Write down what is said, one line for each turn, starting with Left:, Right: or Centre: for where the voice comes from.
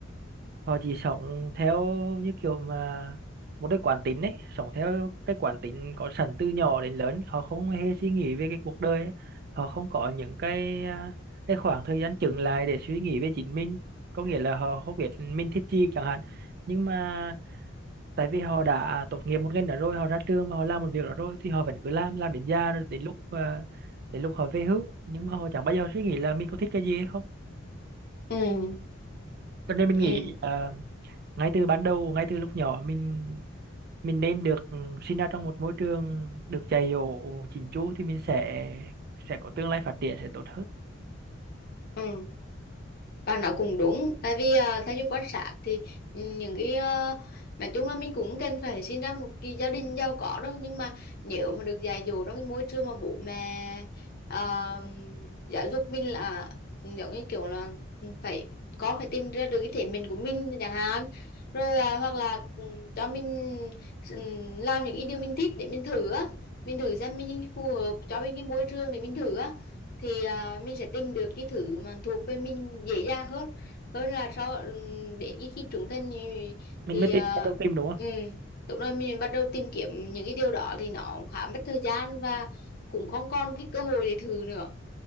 Right: họ chỉ sống theo như kiểu mà một cái quán tính ấy sống theo cái quán tính có sẵn từ nhỏ đến lớn họ không hề suy nghĩ về cái cuộc đời ấy. họ không có những cái à, cái khoảng thời gian chững lại để suy nghĩ về chính mình có nghĩa là họ không biết mình thích gì chẳng hạn nhưng mà tại vì họ đã tốt nghiệp một ngành đó rồi họ ra trường và họ làm một việc đó rồi thì họ vẫn cứ làm làm đến già rồi đến lúc à, đến lúc họ về hưu nhưng mà họ chẳng bao giờ suy nghĩ là mình có thích cái gì hay không
Left: ừ
Right: cho nên mình
Left: ừ
Right: nghĩ à, ngay từ ban đầu ngay từ lúc nhỏ mình mình nên được ừ, sinh ra trong một môi trường được dạy dỗ chỉnh chu thì mình sẽ sẽ có tương lai phát triển sẽ tốt hơn
Left: ừ bà nói cũng đúng tại vì à, theo như quan sát thì ừ, những cái à, nói chung là mình cũng cần phải sinh ra một cái gia đình giàu có đâu nhưng mà nếu mà được dạy dỗ trong cái môi trường mà bố mẹ à, giáo dục mình là ừ, giống như kiểu là phải con phải tìm ra được cái thể mình của mình chẳng hạn rồi à, hoặc là ừ, cho mình ừ, làm những cái điều mình thích để mình thử á mình thử xem mình phù hợp cho mình cái môi trường để mình thử á thì à, mình sẽ tìm được cái thứ mà thuộc về mình dễ dàng hơn hơn là so ừm, để cái khi trưởng thành thì,
Right: mình
Left: thì
Right: mới
Left: à,
Right: tìm bắt đầu tìm đúng không
Left: ừ. đúng rồi mình bắt đầu tìm kiếm những cái điều đó thì nó khá mất thời gian và cũng không còn cái cơ hội để thử nữa